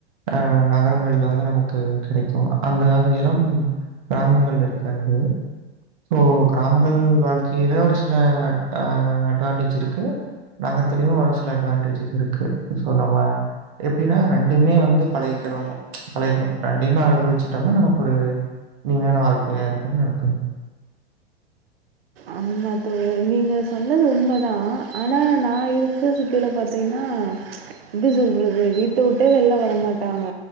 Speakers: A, on the right; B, on the right.
A: அ நகரங்கள்ல வந்து நமக்கு கெடைக்கும் அந்த இளம் கிராமங்கள் இருக்காது சோ கிராமங்கள் வாழ்க் ஏதோ ஒரு சில அ அட்வான்டேஜ் இருக்கு நகரத்துலயு சில அட்வான்டேஜஸ் இருக்கு ஸோ நம்ம எப்டின்னா ரெண்டுமே வந்து பழைக்கிறணு பழக்கணு ரெண்டுமே அனுபவச்சுட்டோம்னா நமக்கு ஒரு இனிமையான வாழ்கையா இருக்கும்ன்னு எனக்கு தோன்
B: ஆமா தோழர் நீங்க சொன்னது உண்மைதா ஆனா நா இருக்கறது கீல பாத்தீங்கன்னா எப்டி சொல்றது வீட்ட விட்டே வெள்ல வரமாட்டாங்க